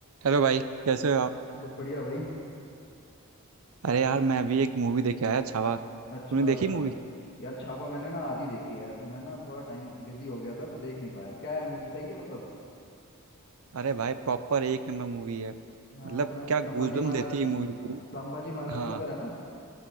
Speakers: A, on the right; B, on the left.
A: Hello भाई कैसे हो आप
B: बस बढ़िया भाई
A: अरे यार मैं अभी एक मूवी देख के आया छावा तूने
B: अच्छा अच्छा
A: देखी मूवी
B: यार छावा मैंने ना आधी देखी है यार मैं ना थोड़ा टाइम बिजी हो गया था तो देख नहीं पाया क्या है मूवी सही है मतलब
A: अरे भाई प्रॉपर एक नंबर मूवी है मतलब
B: हाँ सुना है
A: क्या
B: संभाजी
A: गूजबम
B: महाराज
A: देती
B: हाँ
A: है मूवी
B: हाँ,
A: पूरी
B: संभाजी महाराज
A: हाँ
B: के ऊपर है ना